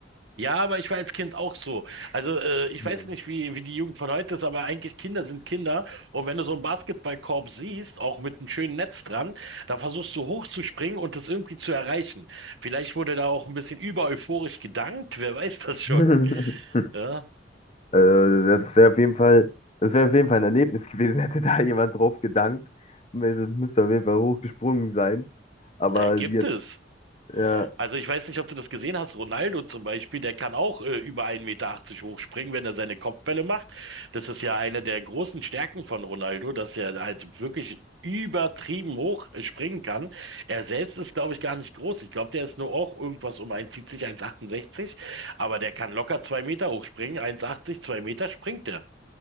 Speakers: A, on the right; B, on the left.
A: Ja, aber ich war als Kind auch so. Also äh, ich
B: Mhm.
A: weiß nicht, wie, wie die Jugend von heute ist, aber eigentlich Kinder sind Kinder. Und wenn du so einen Basketballkorb siehst, auch mit einem schönen Netz dran, dann versuchst du hochzuspringen und das irgendwie zu erreichen. Vielleicht wurde da auch ein bisschen über euphorisch gedankt, wer weiß das schon.
B: <laughs>
A: Ja,
B: Äh, ja, das wäre auf jeden Fall, das wäre auf jeden Fall ein Erlebnis gewesen, <laughs> hätte da jemand drauf gedankt. Es Müsste auf jeden Fall hochgesprungen sein. Aber
A: da gibt
B: jetzt,
A: es.
B: ja,
A: Also ich weiß nicht, ob du das gesehen hast. Ronaldo zum Beispiel, der kann auch äh, über 1,80 Meter achtzig hochspringen, wenn er seine Kopfbälle macht. Das ist ja eine der großen Stärken von Ronaldo, dass er halt wirklich übertrieben hoch äh, springen kann. Er selbst ist, glaube ich, gar nicht groß. Ich glaube, der ist nur auch irgendwas um 1,70, 1,68. Aber der kann locker zwei Meter hochspringen. 1,80, zwei Meter springt er.